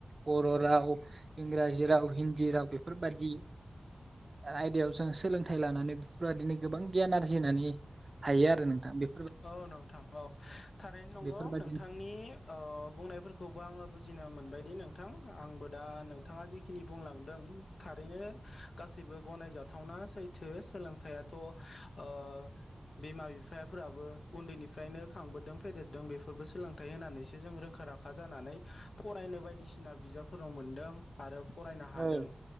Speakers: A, on the right; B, on the left.
A: बर' राव इंराजि राव हिन्दी राव बेफोरबादि आयदायाव जों सोलोंथाइ लानानै बेफोरबादिनो गोबां गियान आरजिनानै हायो आरो नोंथां बे
B: औ नोंथां औ थारैनो नंगौ
A: बेफोरबायदिनो
B: नोंथांनि ओ बुंनायफोरखौबो आङो बुजिनो मोनबायदि नोंथां आंबो दा नोंथाङा जेखिनि बुंलांदों थारैनो गासै गनायजाथावना सैथो सोलोंथायाथ ओ बिमा बिफ फोराबो उन्दैनिफ्रायनो खांबोदों फेदेरदों बेफोरबो सोलोंथाइ होनानैसो जों रोंखा राखा जानानै। फरायनो बायदिसिना बिजाबफोरनाव मोनदों आरो फरायनो हादों
A: औ